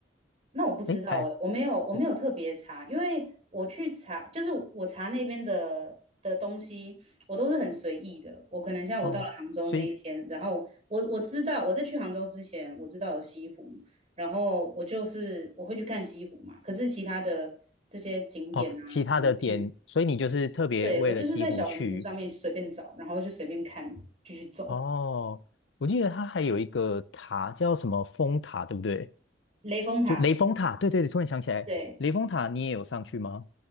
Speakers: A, on the right; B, on the left.
A: 那我不知道哎，
B: 诶，还
A: 我没有，我没有特别查，
B: 我
A: 因为我去查，就是我查那边的的东西，我都是很随意的。我可能像我到了杭州那一天，
B: 哦，所以
A: 然后我我知道我在去杭州之前，我知道有西湖，然后我就是我会去看西湖嘛。可是其他的这些景点啊，
B: 哦，其他的点，
A: 怎么去？
B: 所以你就是特别为了西湖去
A: 对，我就是在小红书上面随便找，然后就随便看，就去走
B: 哦。我记得它还有一个塔叫什么风塔，对不对？
A: 雷峰塔。
B: 就雷峰塔，对对对，突然想起来，
A: 对，
B: 雷峰塔你也有上去吗？